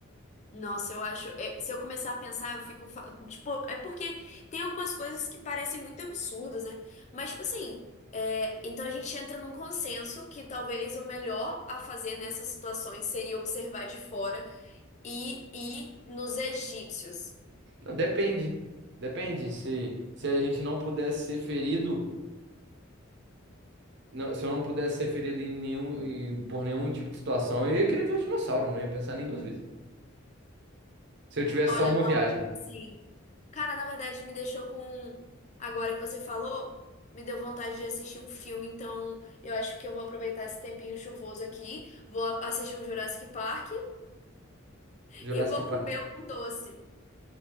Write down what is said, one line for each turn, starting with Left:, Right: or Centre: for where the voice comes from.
Left: Nossa, eu acho. é, se eu começar a pensar, eu fico. fa- Tipo, é porque tem algumas coisas que parecem muito absurdas, né? Mas, tipo assim. é, então a gente entra num consenso que talvez o melhor a fazer nessas situações seria observar de fora e ir nos egípcios.
Right: Não, depende. Depende. Se, se a gente não pudesse ser ferido. não- se eu não pudesse ser ferido em nenhum, em- por nenhum tipo de situação, eu ia querer ver os dinossauros, não ia pensar nem duas vezes. Se eu tivesse
Left: Olha,
Right: só uma
Left: não.
Right: viagem.
Left: Sim. Cara, na verdade, me deixou com. Agora que você falou, me deu vontade de assistir um filme. Então, eu acho que eu vou aproveitar esse tempinho chuvoso aqui. Vou a- assistir um Jurassic Park
Right: Jurassic
Left: e vou comer
Right: Park.
Left: um doce.